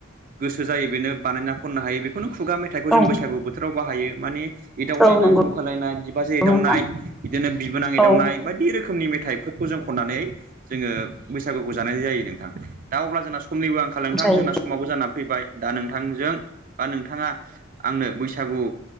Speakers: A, on the right; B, in the centre.
A: गोसो जायो बेनो बानायना खननो हायो बेखौनो खुगा मेथाइखौ
B: औ
A: जों बैसागु बोथोराव बाहायो माने एदावलायनाय
B: औ नंगौ
A: जंखालायनाय बिबाजै एदावनाय
B: नोंथां
A: बिदिनो बिबोनां एदावनाय
B: औ
A: बायदि रोखोमनि मेथाइफो खौ जों खननानै जोङो बैसागुखौ जानाय जायो नोंथां दा अब्ला जोंना समनिबो आं खाल नोंथां
B: जायो
A: जोंना समावबो जानानानै फैबाय दा नोंथांजों बा नोंथाङा आंनो बैसागु